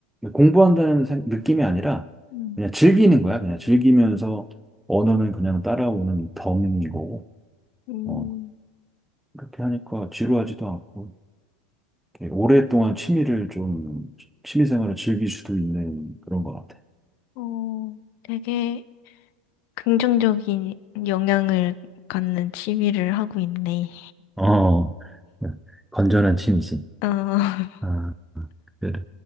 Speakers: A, in the centre; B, on the left (about 55°).
A: 공부한다는 생- 느낌이 아니라
B: 음.
A: 그냥 즐기는 거야. 그냥 즐기면서 언어는 그냥 따라오는 덤이고
B: 음,
A: 어, 그렇게 하니까 지루하지도 않고. 이렇게 오랫동안 취미를 좀, 취미 생활을 즐길 수도 있는 그런 것 같아.
B: 어, 되게 긍정적인 영향을 갖는 취미를 하고 있네.
A: 어, 네. 건전한 취미지.
B: 어, <laughs>
A: 아, 그래.